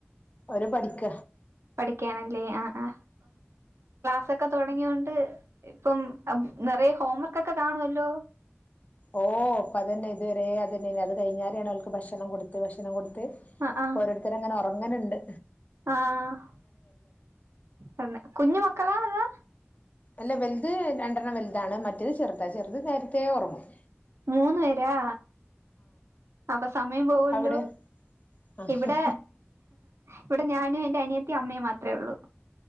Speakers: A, on the left; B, on the right.
A: ഒരു പഠിക്ക
B: പഠിക്കാനല്ലേ അ ക്കെ തുടങ്ങിയോണ്ട് ഇപ്പം നിറയ ഹോംവർക്ക്ൊക്കെ കാണുവല്ലോ
A: ഓ അപ്പൊ അതന്നെ ഇതുവരെ അതന്നെന്നെ അത് കയിഞ്ഞാലാണ് അവൾക്ക് ഭക്ഷണം കൊടുത്ത് ഭക്ഷണം കൊടു ത്ത്‌
B: ആഹ് ആഹ്
A: ഇപ്പോരോരുത്തങ്ങനെ ഒറ അങ്ങനെണ്ട്
B: ആഹ് തന്നെ കുഞ്ഞു മക്കളാ അതാ
A: അല്ല വലുത് രണ്ടെണ്ണം വലുതാണ് മറ്റേത് ചെറുതാ ചെറുത് നേരത്തെ ഒറങ്ങും
B: മൂന്ന് പേരാ അപ്പൊ സമയം പോവുല്ലോ
A: അവിടെ ആഹ്
B: ഇവടെ ഇവടെ ഞാനും എന്റെ അനിയ ത്തീം അമ്മേം മാത്ര ഒള്ളൂ